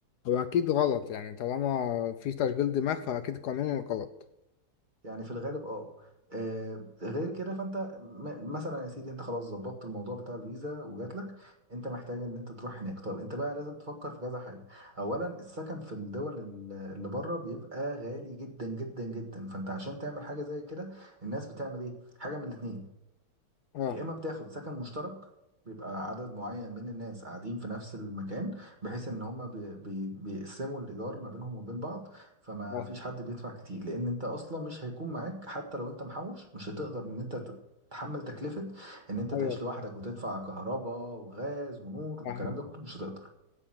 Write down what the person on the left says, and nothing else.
هو اكيد غلط يعني طالما في تشغيل دماغ فاكيد قانون غلط
اه
اه
ايوه
فاهم
فاهم